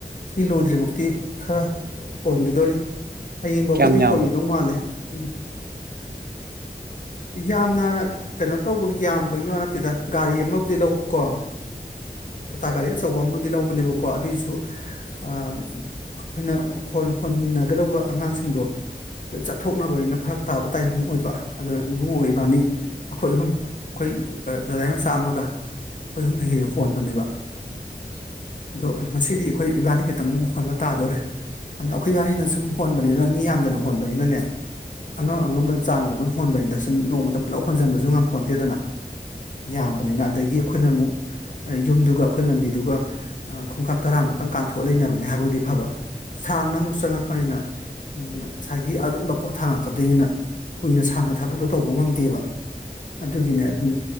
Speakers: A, on the left; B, on the right.
A: ꯁꯤ ꯂꯣꯏꯗ꯭ꯔꯤꯐꯧꯛꯇꯤ ꯈꯔ ꯍꯣꯟꯈꯤꯗꯣꯔꯤ ꯍꯌꯦꯡꯐꯧꯀꯗꯤ
B: ꯀꯌꯥꯝ ꯌꯥꯝꯕꯅꯣ
A: ꯍꯣꯟꯒꯗꯧ ꯃꯥꯜꯂꯦ ꯎꯝ ꯌꯥꯝꯅ ꯀꯩꯅꯣ ꯇꯧꯕ ꯌꯥꯝꯕꯒꯤ ꯋꯥ ꯅꯠꯇꯦꯗ ꯒꯥꯔꯤ ꯑꯃꯕꯨꯗꯤ ꯂꯧꯕꯀꯣ ꯇꯥꯇꯥ ꯒꯥꯔꯤ ꯑꯆꯧꯕ ꯑꯃꯕꯨꯗꯤ ꯂꯧꯕꯅꯦꯕꯀꯣ ꯑꯗꯨꯏꯁꯨ ꯑꯩꯈꯣꯏꯅ ꯍ ꯍꯣꯟꯃꯤꯟꯅꯒꯗꯧꯕ ꯑꯉꯥꯡꯁꯤꯡꯗꯣ ꯂꯣꯏ ꯆꯠꯊꯣꯛꯅꯕꯅꯤꯅ ꯐꯔꯛ ꯇꯥꯕ ꯇꯥꯏꯃꯤꯡ ꯑꯣꯏꯕ ꯑꯗꯨꯅ ꯏꯕꯨꯡꯉꯣꯒ ꯏꯕꯥꯅꯤ ꯑꯩꯈꯣꯏ ꯑꯍꯨꯝ ꯑꯩꯈꯣꯏ ꯗꯥꯏ ꯃꯆꯥꯝ ꯑꯃꯒ ꯑꯩꯈꯣꯏ ꯍꯍꯨꯝ ꯍꯦꯛꯦꯛ ꯍꯣꯟꯕꯅꯦꯕ
B: <unintelligible>
A: ꯑꯗꯣ ꯉꯁꯤꯗꯤ ꯑꯩꯈꯣꯏ ꯏꯕꯥꯅꯤ ꯈꯛꯇꯪ ꯑꯃꯨꯛ ꯍꯣꯟꯕ ꯇꯥꯗꯣꯔꯦ ꯑꯗꯨꯅ ꯑꯩꯈꯣꯏ ꯏꯕꯥꯅꯤꯅ ꯁꯨꯝ ꯍꯣꯟꯕꯅꯤꯅ ꯃꯤ ꯌꯥꯝꯗꯅ ꯍꯣꯟꯕꯅꯤꯅꯅꯦ ꯑꯉꯝ ꯑꯉꯝꯕꯗ ꯆꯥꯡꯗ ꯑꯗꯨꯝ ꯍꯣꯟꯕꯩꯅꯤ ꯗ ꯁꯨꯝ ꯅꯣꯡꯃꯗ ꯄꯨꯂ ꯂꯧ ꯍꯟꯁꯤꯟꯕꯁꯨ ꯉꯝ ꯄꯣꯟꯇꯦꯗꯅ ꯌꯥꯝꯕꯅꯤꯅ ꯑꯗꯒꯤ ꯑꯩꯈꯣꯏꯅ ꯑꯃꯨꯛ ꯌꯨꯝꯗꯨꯒ ꯑꯩꯈꯣꯏ ꯂꯝꯕꯤꯗꯨꯒ ꯈꯣꯡꯀꯥꯞ ꯇꯔꯥꯃꯨꯛꯇꯪ ꯀꯥꯟꯊꯣꯛꯑ ꯂꯩꯅꯕꯅꯦ ꯍꯥꯏꯕꯕꯨꯗꯤ ꯐꯕ ꯁꯥꯡꯅ ꯑꯃꯨꯛ ꯆꯪꯉꯛꯄꯅꯤꯅ ꯉꯁꯥꯏꯒꯤ ꯑꯗꯨꯝꯕ ꯄꯣꯠ ꯊꯥꯡꯉꯛ ꯀꯗꯅ ꯀꯨꯏꯅ ꯁꯥꯡꯅ ꯊꯕꯛꯇꯣ ꯇꯧꯕ ꯉꯝꯗꯦꯕ ꯑꯗꯨꯒꯤꯅꯦ ꯑꯗꯨꯝ